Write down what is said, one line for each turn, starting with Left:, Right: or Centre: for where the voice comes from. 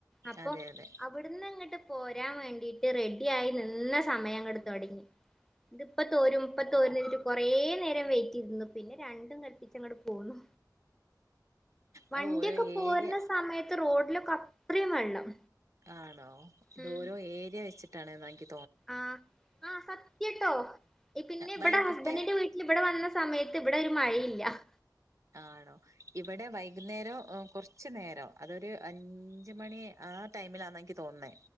Centre: അപ്പൊ
Right: അതെ അതെ
Centre: അവിട്ന്ന് എങ്ങട്ട് പോരാൻ വേണ്ടിട്ട് റെഡിയായി നിന്ന സമയങ്ങട് തൊടങ്ങി ഇത്പ്പ തോരും ഇപ്പം തോരന്നരിതിട്ട് കൊറേ നേരം വെയിറ്റ് ചെയ്തിന്നു പിന്നെ രണ്ടും കൽപ്പിച്ചങ്ങട്ട് പോന്നു വണ്ട്യെക്കെ
Right: അത് ഓരോ
Centre: പോരുന്ന
Right: ഏരിയ
Centre: സമയത്ത് റോഡിലൊക് അത്രയും വെള്ളം
Right: ആണോ ഇത്
Centre: ഉം
Right: ഓരോ ഏരിയ വെച്ചിട്ടാണ് വാങ്ങി
Centre: ആഹ് ആഹ് സത്യാട്ടോ പിന്നെ ഇബടെ
Right: വൈകിട്ട്
Centre: ഹസ്ബൻഡിഡന്റെ വീട്ടില് ഇബടെ വന്ന സമയത്ത് ഇവിടെ ഒരു മഴയില്ല ല്ല
Right: ആണോ ഇവിടെ വൈകുന്നേരം കൊറ്ച്ച് നേരം അതൊരു അഞ്ച് മണി ആ ടൈമിലാന്ന ഇൻക്ക് തോന്ന്ന്നേ